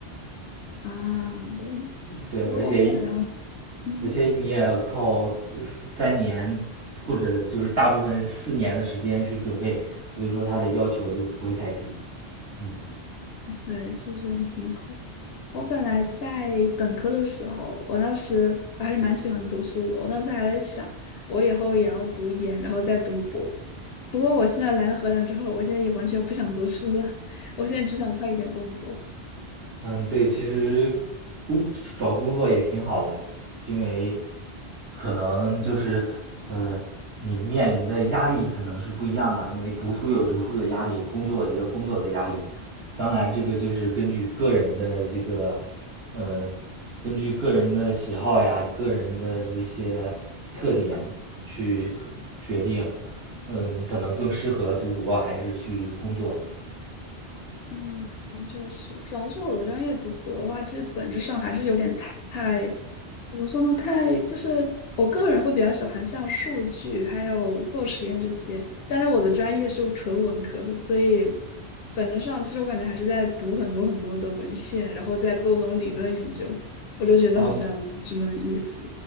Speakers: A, on the left; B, on the right.
A: 啊。对
B: 对，而且
A: 我我本来嗯
B: 而且你也要靠这三年或者就是大部分是四年的时间去准备，所以说他的要求就不会太低。嗯，
A: 对，确实很辛苦。我本来在本科的时候，我当时我还是蛮喜欢读书的，我当时还在想，我以后也要读研，然后再读博。不过我现在来了荷兰之后，我现在也完全不想读书了，<laughs> 我现在只想快一点工作。
B: 嗯，对，其实工找工作也挺好的，因为可能就是，嗯，你面临的压力可能是不一样嘛，因为读书有读书的压力，工作也有工作的压力。当然，这个就是根据个人的这个，嗯，根据个人的喜好呀，个人的这些特点去决定，嗯、你可能更适合读博还是去工作。
A: 嗯，确实，主要是我的专业读博的话，其实本质上还是有点太，怎么说呢？太就是我个人会比较喜欢像数据还有做实验这些，但是我的专业是纯文科，所以本质上其实我感觉还是在读很多很多的文献，然后再做那种理论研究，我就觉得好像没什么意思。
B: 嗯，